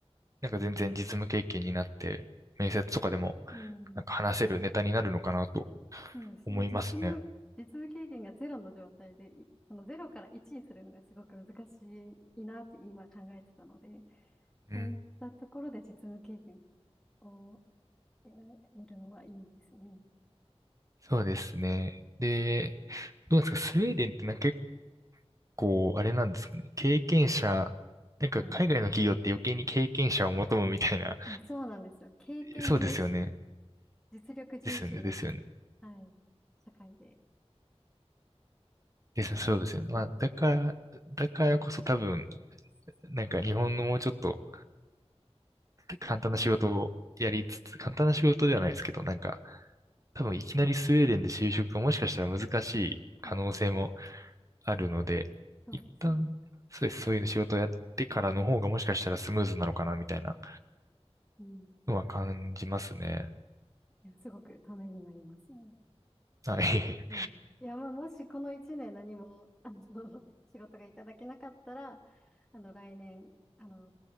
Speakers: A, on the right; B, in the centre.
A: なんか全然実務経験になって、面接とかでも、
B: うん。
A: なんか話せるネタになるのかなと
B: そうですね。
A: 思いますね。
B: 実務、実務経験がゼロの状態で、いそのゼロから1にするのがすごく難しいなって今考えてたので、
A: うん。
B: そういったところで実務経験をえー得るのはいいですね。
A: そうですね。で、どうですか、スウェーデンってなんか結構、あれなんですかね、経験者、なんか海外の企業って余計に経験者を求むみたいな、
B: はい。あ、そうなんですよ。経験重視、
A: そうですよね。
B: 実力重視な、
A: ですよね、ですよね。
B: はい、社会で。
A: ですねそうですよね。
B: うん、
A: まあ、だから、だからこそ多分、なんか日本のもうちょっと簡単な仕事をやりつつ、
B: うん、
A: 簡単な仕事ではないですけど、なんか、多分いきなりスウェーデンで就職がもしかしたら難しい可能性も
B: うん、うん
A: あるので、
B: そうですね。
A: 一旦、そうです、そういう仕事をやってからの方がもしかしたらスムーズなのかな、みたいな
B: うん。
A: のは感じますね。
B: いや、すごくためになりますね。
A: はい。
B: はい。いや、まあ、もしこの一年何も、あの、<laughs> 仕事がいただけなかったら、あの、来年、あの、